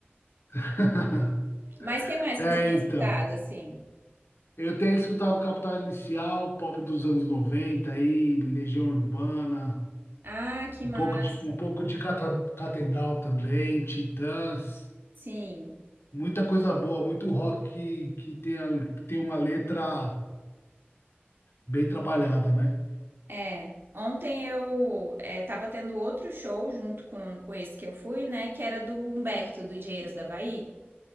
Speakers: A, on the left; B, on the right.
A: <laughs>
B: <laughs> Mas o que mais
A: É,
B: que você tem
A: então.
B: escutado, assim?
A: Eu tenho escutado Capital Inicial, pop dos anos 90, aí, Legião Urbana,
B: Ah, que
A: um
B: massa.
A: pouco de, um pouco de Cata- Catedral também, Titãs,
B: Sim,
A: muita coisa boa, muito rock que, que tem, a- tem uma letra bem trabalhada, né?
B: é. Ontem eu é, tava tendo outro show junto com, com esse que eu fui, né? Que era do Humberto, do Engenheiros da Havaí.